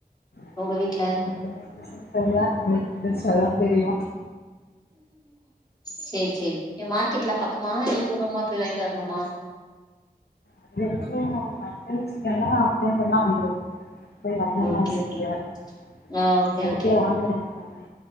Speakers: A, on the left; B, on the left.
A: நாளைக்கு
B: உங்க வீட்ல
A: என்ன ஸ்பெஷல்னு தெர்ல நாளைக்கு எந்திரிச்சாதா தெரியு
B: சேரி சேரி இங்க மார்க்கெட்லா பக்கமா இல்ல தூரமா போய் வாங்கிட்டு வரணுமா
A: அதிகபட்சோ மட்டன் சிக்கன்லா ஃபோன் பண்ணா வந்துரும் <unintelligible>
B: ஓகே ஓகே ஆ ஓகே
A: அதுக்கே
B: ஓகே
A: வாங்குறவங்க தானே